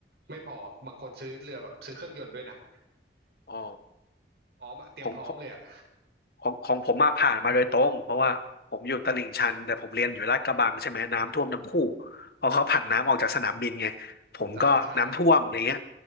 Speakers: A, on the right; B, on the left.
A: ไม่พอบางคนซื้อเรือแบบซื้อเครื่องยนต์ด้วยนะ
B: อ๋อ
A: พร้อมอะเตรียมพร้อมเลยอะ
B: ของของของของผมมาผ่านมาโดยตรงเพราะว่าผมอยู่ตลิ่งชันแต่ผมเรียนอยู่ลาดกระบังใช่ไหมน้ำท่วมทั้งคู่เพราะเขาผันน้ำออกจากสนามบินไงผมก็น้ำท่วมอย่างเงี้ย
A: จ้าใช่